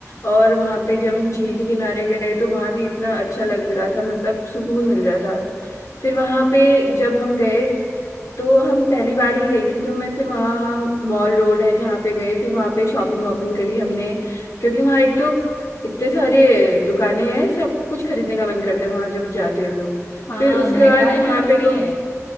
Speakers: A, on the left; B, on the left.
A: और वहां पे जब हम झील के किनारे गए तो वहां भी इतना अच्छा लग रहा था मतलब सुकून मिल रहा था फिर वहां पे जब हम गए तो हम पहली बार ही गई थी तो मैं फिर वहाँ हम मॉल रोड है जहाँ पे गए फिर वहाँ पे शॉपिंग वॉपिंग करी हमने क्योंकि वहाँ एक तो इतने सारे दुकानें हैं सब कुछ खरीदने का मन करता है वहाँ जब जाते हैं तो
B: हाँ
A: फिर उसके
B: महंगाई
A: बाद
B: भी
A: वहाँ
B: उतनी
A: पे को
B: है